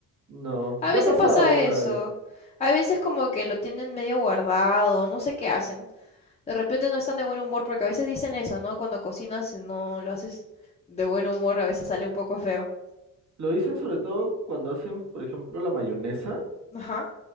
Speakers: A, on the right; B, on the left.
A: No,
B: A
A: ya
B: veces
A: ha pasado
B: pasa
A: alguna
B: eso.
A: vez.
B: A veces como que lo tienen medio guardado, no sé qué hacen. De repente no están de buen humor porque a veces dicen eso, ¿no? Cuando cocinas si no lo haces de buen humor, a veces sale un poco feo.
A: Lo dicen sobre todo cuando hacen, por ejemplo, la mayonesa,
B: Ajá.